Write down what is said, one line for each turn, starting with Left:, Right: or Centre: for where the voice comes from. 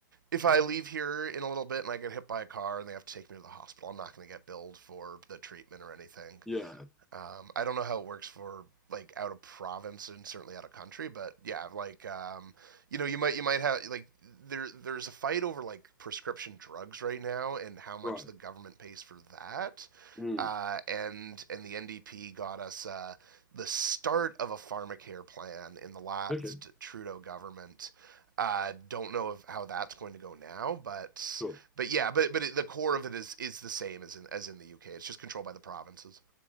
Right: if I leave here in a little bit and I get hit by a car and they have to take me to the hospital, I'm not going to get billed for the treatment or anything.
Centre: Yeah.
Right: Um, I don't know how it works for like out of province and certainly out of country, but yeah, like um, you know, you might you might have like there there's a fight over like prescription drugs right now and how much
Centre: Right.
Right: the government pays for that.
Centre: Hmm.
Right: Uh, and and the NDP got us uh, the start of a pharmacare plan in the last
Centre: Okay.
Right: Trudeau government. Uh, don't know of how that's going to go now, but
Centre: Sure.
Right: but yeah, but but it, the core of it is is the same as in as in the UK. It's just controlled by the provinces.